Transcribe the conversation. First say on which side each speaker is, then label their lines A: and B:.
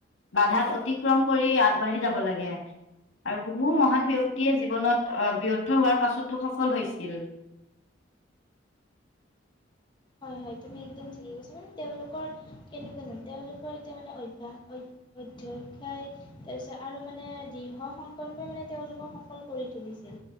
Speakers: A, on the left; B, on the left.
A: বাধাক অতিক্ৰম কৰি আগবাঢ়ি যাব লাগে। আৰু বহু মহান ব্যক্তিয়ে জীৱনত আহ ব্যৰ্থ হোৱাৰ পাছতো সফল হৈছিল <inaudible>
B: হয় হয় তুমি একদম ঠিকেই কৈছা মানে তেওঁলোকৰ কেনেকুৱা জানো তেওঁলোকৰ এতিয়া মানে অভ্যাস অইভ অধ্যক্ষায়, তাৰপিছত আৰু মানে, দৃঢ় সংকল্পই মানে তেওঁলোকক সফল কৰি তুলিছে। জেই